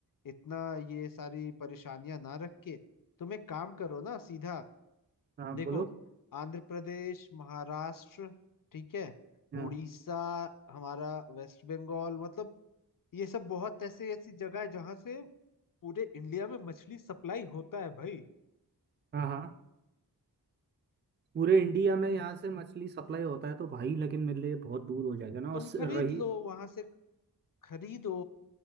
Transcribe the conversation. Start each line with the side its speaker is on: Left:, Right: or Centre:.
Left: इतना ये सारी परेशानियां ना रख के तुम एक काम करो ना सीधा
Right: हाँ
Left: देखो
Right: बोलो
Left: आंध्र प्रदेश महाराष्ट्र ठीक है
Right: हाँ
Left: उड़ीसा हमारा वेस्ट बंगाल मतलब ये सब बहुत ऐसे ऐसी जगह है जहां से पूरे इंडिया में मछली सप्लाई होता है भाई
Right: हाँ हाँ पूरे इंडिया में यहाँ से मछली सप्लाई होता है तो भाई लेकिन मेरे लिए बहुत दूर हो जाएगा ना और
Left: तुम
Right: स-
Left: खरीद
Right: रही
Left: लो वहां से खरीदो